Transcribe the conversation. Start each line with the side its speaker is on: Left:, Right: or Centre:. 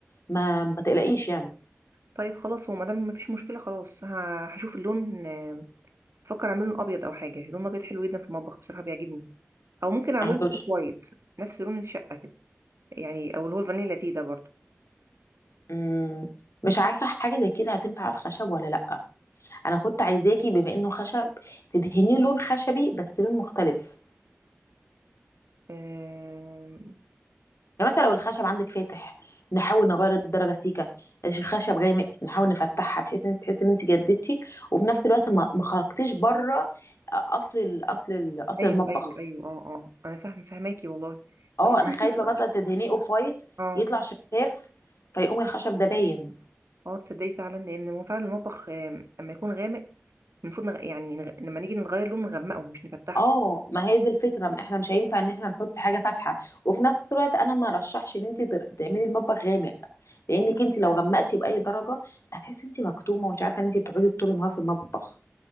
Left: ما ما تقلقيش يعني
Right: طيب خلاص هو ما دام مفيش مشكله خلاص ه- هشوف اللون آه، بفكر اعمله ابيض او حاجه لون ابيض حلو جدا في المطبخ بصراحه بيعجبني او ممكن اعمله
Left: هترش
Right: اوف وايت نفس لون الشقه كده يعني او اللي هو الفانيلا لاتيه ده برضه
Left: مم. مش عارفة حاجة زي كده هتنفع على الخشب ولا لأ أنا كنت عايزاكي بما إنه خشب تدهنيه لون خشبي بس لون مختلف
Right: آم،
Left: يعني مثلا لو الخشب عندك فاتح نحاول نغير الدرجة سيكة الخشب غامق نحاول نفتحها بحيث إن تحسي إن أنت جددتي وفي نفس الوقت ما ما خرجتيش بره أصل ال- أصل ال- أصل
Right: ايوه
Left: المطبخ
Right: ايوه ايوه اه اه انا فاهم فاهماكي والله
Left: أه
Right: بس انا
Left: أنا
Right: حاسة-
Left: خايفة مثلا تدهنيه أوف وايت
Right: اه
Left: يطلع شفاف فيقوم الخشب ده باين
Right: اه تصدقي فعلا لان هو فعلا المطبخ آم، اما يكون غامق المفروض نغ... يعني نغ... لما نيجي نغير لون نغمقه مش نفتحه
Left: اه ما هي دي الفكره ما احنا مش هينفع ان احنا نحط حاجه فاتحه وفي نفس الوقت انا ما رشحش ان انت تر- تعملي المطبخ غامق لانك
Right: هو بص
Left: انت لو غمقتي باي درجه هتحسي انت مكتومه ومش عارفه ان انت بتقعدي طول النهار في المطبخ